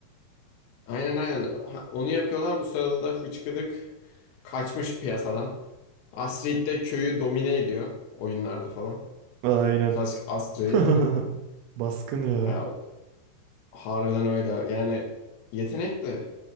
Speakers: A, on the left (about 85°); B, on the right (about 80°).
A: Aynen aynen. Ha, Onu yapıyorlar. Bu sırada da Hıçkıdık kaçmış piyasadan. Astrid de köyü domine ediyor oyunlarda falan.
B: Aynen.
A: Klasik Astrid.
B: <laughs> Baskın ya.
A: Ya harbiden öyle. Yani yetenekli.